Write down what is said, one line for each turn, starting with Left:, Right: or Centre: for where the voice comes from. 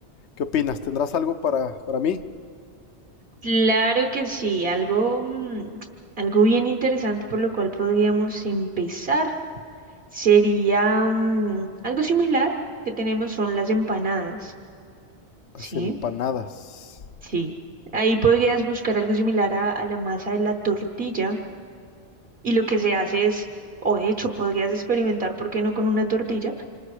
Left: qué opinas? ¿Tendrás algo para, para mí?
Right: Claro que sí, algo, mm, algo bien interesante por lo cual podríamos empezar sería mm, algo similar que tenemos son las empanadas.
Left: Las
Right: ¿Sí?
Left: empanadas.
Right: Sí. Ahí podrías buscar algo similar a, a la masa de la tortilla. Y lo que se hace es, o de hecho podrías experimentar, ¿por qué no con una tortilla?